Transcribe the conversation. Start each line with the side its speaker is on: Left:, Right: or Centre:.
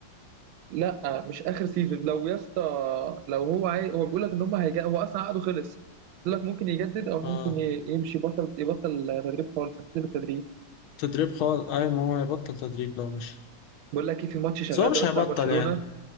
Right: لا مش اخر سيزون لو يا اسطى لو هو عاي... هو بيقول لك ان هم هيجي هو اصلا عقده خلص بيقول لك ممكن يجدد او
Left: آه
Right: ممكن ي- يمشي بطل يبطل تدريب خالص هيسيب التدريب
Left: تدريب خالص أي ما هو هيبطل تدريب لو مش
Right: بقول لك ايه في ماتش شغال
Left: بس هو مش
Right: دلوقتي
Left: هيبطل
Right: بتاع برشلونة
Left: يعني